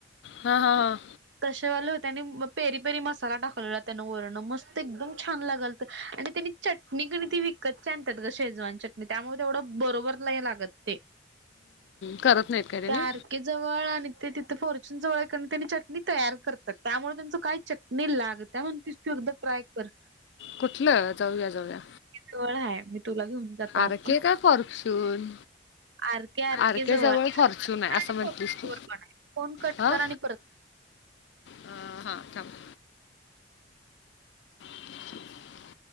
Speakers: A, on the left; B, on the right.
A: हा हा हा
B: तसेवालं हो त्यानी पेरी पेरी मस् मला टाकला त्या वरण मस्त एकदम छान लागल आणि त्यानी चट क व कच्च्या अंतात शेजवान चटणी त्यामुळे तेवढं बरोबरला लागत ते
A: करत नाहीत का त्याने
B: त्या जवळ आणि ते तिथे फॉर्च्यून जवळ त्यांनी चटणी तयार करतात त्यामुळे त्यांचं काय च नाही लागत म्हण त तू एकदा ट्राय कर
A: कुठलं जाऊया जाऊया
B: ळ आहे मी तुला घेऊन जातो आपण
A: अर के काय करकसून
B: आरके आरके
A: आर केे जवळ
B: आरके
A: फॉर्च्युून
B: जवळ
A: आहे असं
B: आणि
A: म्हटलीस
B: फोन
A: तू
B: जवळ पण आहे. फोन कट
A: हा
B: कर आणि परत
A: ह हा म <unintelligible>